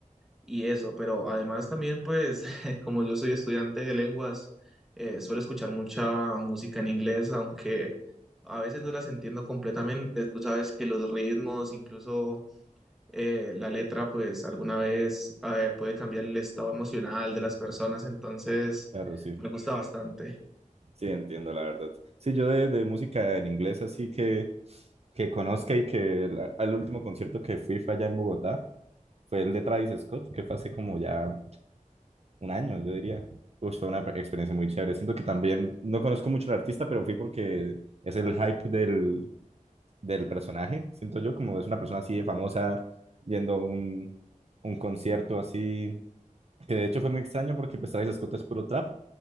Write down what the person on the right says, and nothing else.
Claro, sí,
sí, entiendo la verdad. Sí, yo de, de música en inglés así que, que conozca y que la- al último concierto que fui fue allá en Bogotá, fue el de Travis Scott, que fue hace como ya un año, yo diría. Pues fue una pe- experiencia muy chévere. Siento que también no conozco mucho al artista, pero fui porque es el hype del, del personaje. Siento yo como es una persona así de famosa yendo a un, un concierto así. que de hecho fue muy extraño porque pues Travis Scott es puro trap